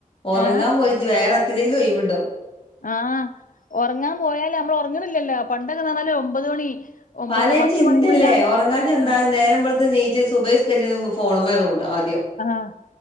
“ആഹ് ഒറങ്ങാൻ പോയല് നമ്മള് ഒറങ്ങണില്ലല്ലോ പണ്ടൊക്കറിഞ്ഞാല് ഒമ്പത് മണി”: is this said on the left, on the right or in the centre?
Left